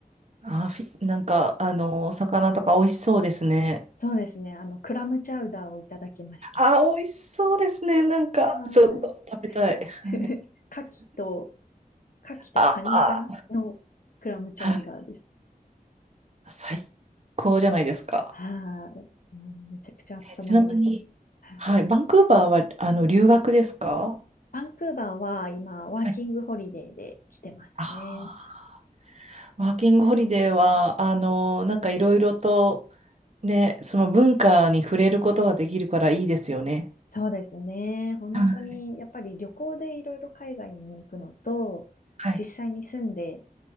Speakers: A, on the right; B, on the left.
A: あ、フィ、なんか、あの、お魚とか美味しそうですね。
B: そうですね、あの、クラムチャウダーをいただきました。
A: あ、美味しそうですね。なんか、
B: はーい。
A: ちょっと食べたい。
B: <laughs>
A: はい。
B: 牡蠣と、牡蠣とカニかなのクラムチャウダーです。
A: ああ、はい最高じゃないですか。
B: はーい。もうめちゃくちゃ温まりまし
A: えちなみに、
B: た。はい。
A: はい、バンクーバーはあの留学ですか
B: バンクーバーは今、ワーキングホリデーで来てますね。
A: はいああワーキングホリデーは、あの、なんかいろいろとね、その文化に触れることができるからいいですよね。
B: そうですね。本当に、
A: はい
B: やっぱり旅行でいろいろ海外に行くのと、
A: はい。
B: 実際に住んで